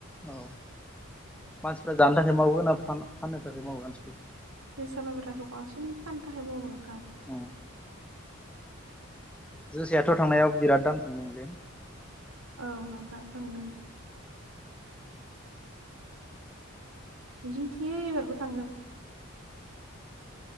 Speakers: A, in the centre; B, on the right.
A: औ मानसिफ्रा जानो थाखाय मावो ना फान फाननो थाखाय मावो <unintelligible>
B: जोसा मायब्राखौ बांसिन फाननो थाखाय मावो नोंथां।
A: उम जोसायाथ' थांनायाव बिराद दाम थांदोंमोनलै।
B: औ नोंथां थांदो। मिजिंथियो एबारबो थांगोन।